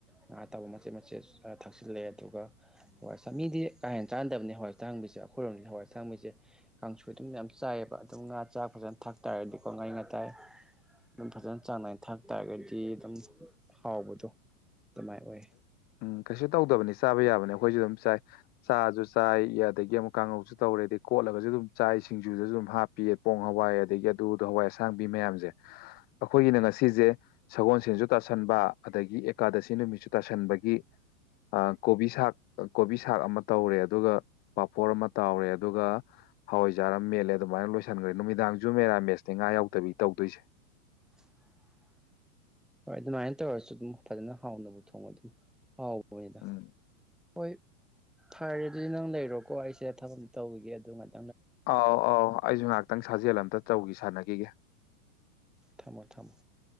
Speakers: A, in the centre; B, on the left (about 20°).
A: ꯉꯥ ꯑꯇꯥꯎꯕ ꯃꯆꯦꯠ ꯃꯆꯦꯠ ꯊꯛꯆꯤꯜꯂꯦ ꯑꯦ ꯑꯗꯨꯒ ꯍꯣꯏ ꯃꯤꯗꯤ ꯀꯥꯍꯦꯟꯅ ꯆꯥꯟꯅꯗꯕꯅꯤ ꯍꯋꯥꯏ ꯑꯁꯥꯡꯕꯤꯁꯦ ꯁꯦ ꯑꯩꯈꯣꯏꯔꯣꯝꯗꯅ ꯍꯋꯥꯏ ꯁꯥꯡꯕꯁꯦ ꯀꯥꯡꯁꯨꯣꯏ ꯑꯗꯨꯝ ꯌꯥꯝ ꯆꯥꯏꯑꯕ ꯑꯗꯨꯝ ꯉꯥ ꯆꯥꯛ ꯐꯖꯅ ꯊꯥꯛ ꯇꯔꯗꯤ ꯉꯥꯔꯤ ꯉꯥꯇꯥꯏ ꯑꯗꯨꯝ ꯐꯖꯅ ꯆꯥꯡ ꯅꯥꯏꯅ ꯊꯥꯛ ꯇꯥꯔꯒꯗꯤ ꯑꯗꯨꯝ ꯍꯥꯎꯕꯗꯣ ꯑꯗꯨꯃꯥꯏꯅ ꯑꯣꯏ
B: ꯎꯝ ꯀꯩꯁꯨ ꯇꯧꯗꯕꯅꯤ ꯆꯥꯕ ꯌꯥꯕꯅꯦ ꯑꯩꯈꯣꯏꯁꯨ ꯑꯗꯨꯝ ꯆꯥꯏ ꯆꯥꯁꯨ ꯆꯥꯏ ꯑꯗꯒꯤ ꯑꯃꯨꯛ ꯀꯥꯡꯉꯧꯁꯨ ꯇꯧꯔꯦ ꯑꯗꯩ ꯀꯣꯠꯂꯒꯁꯨ ꯑꯗꯨꯝ ꯆꯥꯏ ꯁꯤꯡꯖꯨꯗꯁꯨ ꯑꯗꯨꯝ ꯍꯥꯞꯄꯤꯌꯦ ꯄꯣꯡ ꯍꯋꯥꯏ ꯑꯗꯒꯤ ꯑꯗꯨꯗꯣ ꯍꯋꯥꯏ ꯑꯁꯥꯡꯕꯤ ꯃꯌꯥꯝꯁꯦ ꯑꯩꯈꯣꯏꯒꯤꯅ ꯉꯁꯤꯁꯦ ꯁꯒꯣꯜꯁꯦꯟꯁꯨ ꯇꯥꯁꯟꯕ ꯑꯗꯒꯤ ꯑꯦꯀꯥꯗꯁꯤ ꯅꯨꯃꯤꯠꯁꯨ ꯇꯥꯁꯟꯕꯒꯤ ꯀꯣꯕꯤ ꯁꯥꯛ ꯀꯣꯕꯤ ꯁꯥꯛ ꯑꯃ ꯇꯧꯔꯦ ꯑꯗꯨꯒ ꯄꯥꯄꯣꯔ ꯑꯃ ꯇꯥꯎꯔꯦ ꯑꯗꯨꯒ ꯍꯋꯥꯏꯖꯥ ꯑꯃ ꯃꯦꯠꯂꯦ ꯑꯗꯨꯃꯥꯏꯅ ꯂꯣꯏꯁꯤꯟꯈ꯭ꯔꯦ ꯅꯨꯃꯤꯗꯥꯡꯁꯨ ꯃꯦꯔꯥ ꯃꯦꯁꯅꯦ ꯉꯥ ꯌꯥꯎꯗꯕꯤ ꯇꯧꯗꯣꯏꯁꯦ
A: <inaudible> ꯍꯣꯏ ꯑꯗꯨꯃꯥꯏꯅ ꯇꯧꯔꯁꯨ ꯑꯗꯨꯝ ꯐꯖꯅ ꯍꯥꯎꯅꯕ ꯊꯣꯡꯉ ꯑꯗꯨꯝ ꯍꯥꯎꯕ ꯑꯣꯏꯗ
B: ꯎꯝ
A: ꯍꯣꯏ ꯐꯔꯦꯗꯨꯗꯤ ꯅꯪ ꯂꯩꯔꯣꯀꯣ ꯑꯩꯁꯦ ꯊꯕꯛ ꯑꯝꯇ ꯇꯧꯈꯤꯒꯦ ꯑꯗꯨꯃꯅꯤ
B: ꯑꯥꯎ ꯑꯥꯎ ꯑꯩꯁꯨ ꯉꯥꯏꯍꯥꯛꯇꯪ ꯁꯥꯖꯦꯜ ꯑꯃꯇ ꯇꯧꯈꯤ ꯁꯥꯟꯅꯈꯤꯒꯦ
A: ꯊꯝꯃꯣ ꯊꯝꯃꯣ